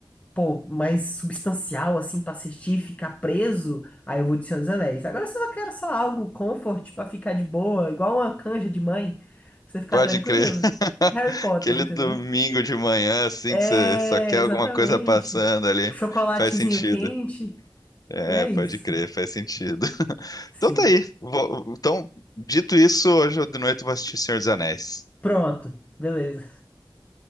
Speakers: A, on the left; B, on the left.
A: Pô, mais substancial, assim, pra assistir, ficar preso, aí eu vou de Senhor dos Anéis. Agora, se eu só quero só algo comfort pra ficar de boa, igual uma canja de mãe, pra você ficar
B: Pode
A: tranquilo,
B: crer. <laughs>
A: Harry Potter,
B: Aquele
A: entendeu?
B: domingo de manhã, assim,
A: É,
B: que você só quer
A: exatamente.
B: alguma coisa passando ali,
A: Chocolatezinho
B: faz sentido.
A: quente,
B: É,
A: e é
B: pode
A: isso.
B: crer, faz sentido. <laughs>
A: Sim.
B: Então tá aí. Vou- então, dito isso, hoje de noite eu vou assistir Senhor dos Anéis.
A: Pronto, beleza.